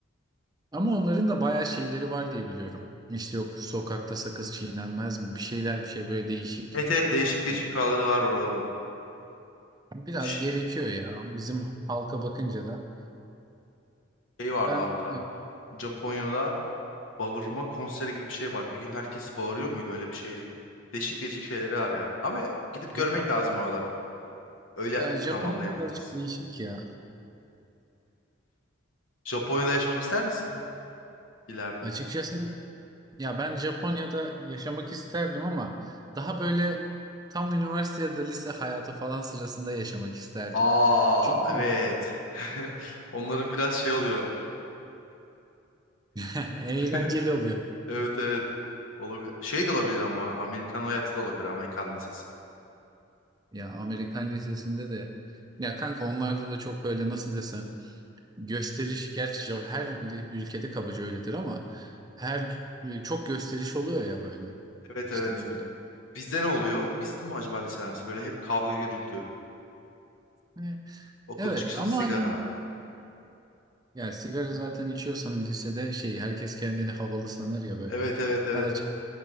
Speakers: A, on the right; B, on the left.
A: Ama onların da bayağı şeyleri var diye biliyorum. İşte yok sokakta sakız çiğnenmez mi? Bir şeyler bir şey böyle değişik.
B: Evet evet değişik değişik
A: E,
B: kuralları var oraların.
A: Biraz
B: Ş-
A: gerekiyor ya. Bizim halka bakınca da.
B: Şey vardı
A: Ben
B: hatta.
A: e,
B: Japonya'da bağırma konseri gibi bir şey var. Bir gün herkes bağırıyor muydu? Öyle bir şeydi. Değişik değişik şeyleri var ya. Ama gidip görmek
A: Japon,
B: lazım oraları. Öyle
A: ya Japonlar
B: tam anlayabiliriz.
A: birazcık değişik ya.
B: Japonya'da yaşamak ister misin ileride?
A: Açıkçası ya ben Japonya'da yaşamak isterdim ama daha böyle tam üniversite ya da lise hayatı falan sırasında yaşamak isterdim.
B: Aa
A: Çünkü
B: evet. <laughs> Onların biraz şey oluyor.
A: <laughs> eğlenceli
B: <laughs>
A: oluyor.
B: Evet evet. Olabilir. Şey de olabilir ama Amerikan hayatı da olabilir. Amerikan lisesi.
A: Ya Amerikan lisesinde de ya kanka onlarda da çok böyle nasıl desem gösteriş gerçi Ja- her li- ülkede kabaca öyledir ama her e, çok gösteriş oluyor ya böyle.
B: Evet
A: İşte
B: evet.
A: ne bileyim.
B: Bizde ne oluyor? Bizde mi acaba lise arası? Böyle hep kavga gürültü.
A: Evet.
B: Okul
A: Evet
B: çıkışı
A: ama
B: sigara.
A: hani Ya sigara zaten içiyorsan lisede şey herkes kendini havalı sanır ya böyle.
B: Evet evet evet.
A: Ben açık